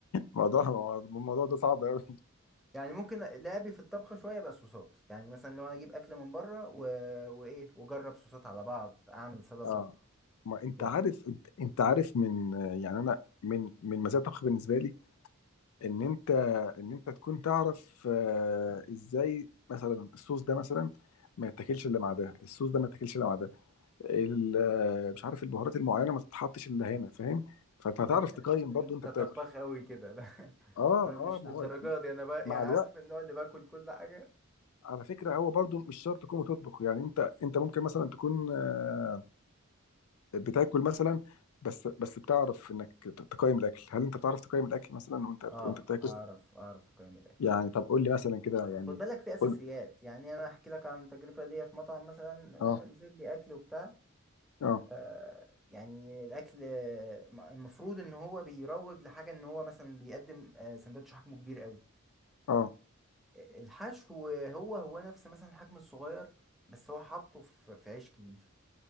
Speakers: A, on the left; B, in the centre.
A: الموضوع الموضوع ده صعب قوي
B: يعني ممكن لعبي في الطبخ شويه بقى صوصات يعني مثلا لو انا اجيب اكل من بره و... وايه واجرب صوصات على بعض اعمل سلطه
A: اه ما انت
B: كده
A: عارف انت, انت عارف من يعني انا من من مزايا الطبخ بالنسبه لي ان انت ان انت تكون تعرف آه، ازاي مثلا الصوص ده مثلا ما يتاكلش الا مع ده الصوص ده ما يتاكلش الا مع ده ال- آه، مش عارف البهارات المعينه ما تتحطش الا هنا فاهم فانت
B: آه،
A: هتعرف
B: انت
A: تقيم
B: انت أنت
A: برضو انت بتاكل
B: طباخ قوي كده لا، <laughs>
A: اه
B: انا مش
A: اه ما
B: للدرجه
A: هو
B: دي انا بقى
A: مع
B: يعني
A: الوقت
B: عارف النوع اللي باكل كل حاجه
A: على فكره هو برضو مش شرط تكون بتطبخ يعني انت انت ممكن مثلا تكون آه، بتاكل مثلا بس بس بتعرف انك ت- تقيم الاكل هل انت بتعرف تقيم الاكل مثلا وانت بت-
B: اه
A: وانت بتاكل
B: اعرف اعرف اقيم الاكل
A: يعني طب قول لي مثلا كده يعني
B: خد بالك في اساسيات
A: قول
B: يعني انا احكي لك عن تجربه ليا في مطعم مثلا
A: اه
B: آه، نزل لي اكل وبتاع
A: اه
B: آه، يعني الاكل آه، المفروض ان هو بيروج لحاجه ان هو مثلا بيقدم آه، سندوتش حجمه كبير قوي
A: اه
B: آه، الحشو هو هو نفس مثلا الحجم الصغير بس هو حاطه في في عيش كبير